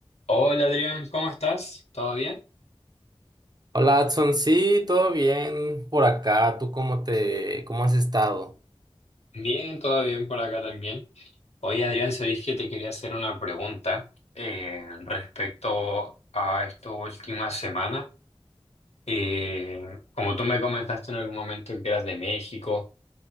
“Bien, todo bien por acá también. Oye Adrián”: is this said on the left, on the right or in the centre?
Left